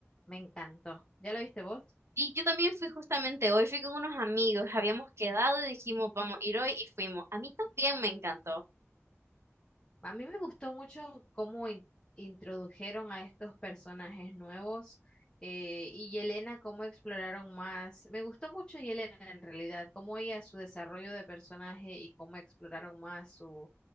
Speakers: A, on the left; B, on the right.
A: Me encantó. ¿Ya la viste vos?
B: Y yo también fui justamente hoy, fui con unos amigos, habíamos quedado y dijimos, vamos a ir hoy y fuimos. A mí también me encantó.
A: A mí me gustó mucho cómo in- introdujeron a estos personajes nuevos eh, y Yelena, cómo exploraron más. Me gustó mucho Yelena en realidad, cómo ella, su desarrollo de personaje y cómo exploraron más su,